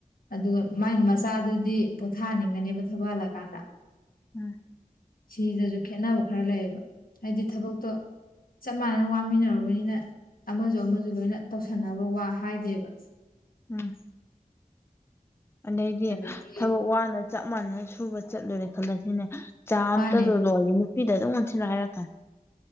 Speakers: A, on the left; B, on the left.
A: ꯑꯗꯨꯒ ꯃꯥꯏ ꯃꯆꯥꯗꯨꯗꯤ ꯄꯣꯊꯥꯍꯟꯅꯤꯡꯒꯅꯦꯕ ꯊꯕꯛꯍꯜꯑꯀꯥꯟꯗ
B: ꯎꯝ
A: ꯁꯤꯗꯁꯨ ꯈꯦꯠꯅꯕ ꯈꯔ ꯂꯩꯌꯦꯕ ꯍꯥꯏꯗꯤ ꯊꯕꯛꯇꯣ ꯆꯞ ꯃꯥꯟꯅꯅ ꯋꯥꯃꯤꯟꯅꯔꯨꯕꯅꯤꯅ ꯑꯃꯁꯨ ꯑꯃꯁꯨ ꯂꯣꯏꯅ ꯇꯧꯁꯟꯅꯕ ꯋꯥ ꯍꯥꯏꯗꯦꯕ
B: ꯎꯝ ꯑꯗꯩꯗꯤ
A: ꯑꯗꯒꯤ
B: ꯊꯕꯛ ꯋꯥꯅ ꯆꯞ ꯃꯥꯟꯅꯅ ꯁꯨꯕ ꯆꯠꯂꯨꯔꯦ ꯈꯜꯂꯁꯤꯅꯦ ꯆꯥ ꯑꯝꯇꯗꯣ
A: ꯃꯥꯅꯦ
B: ꯂꯣꯝꯂꯛꯑꯣ ꯅꯨꯄꯤꯗ ꯑꯗꯨꯝ ꯑꯣꯟꯁꯤꯟꯅ ꯍꯥꯏꯔꯀꯅꯤ